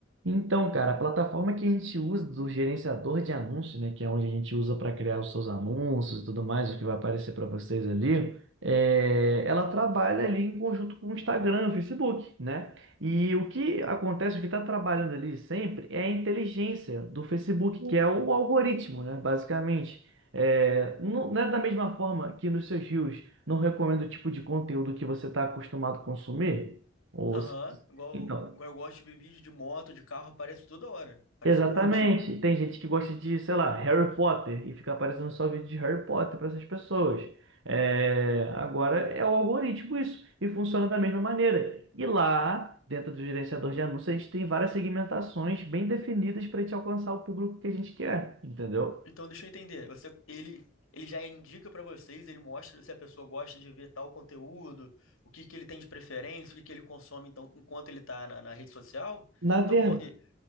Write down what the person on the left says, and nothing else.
Aham,
igual,
igual eu gosto de ver vídeo de moto, de carro, aparece toda hora. Aparece
um monte.
Então deixa eu entender. Você, ele, ele já indica pra vocês, ele mostra se a pessoa gosta de ver tal conteúdo, o que que ele tem de preferência, o que que ele consome então enquanto ele tá na, na rede social.
Então, co- e-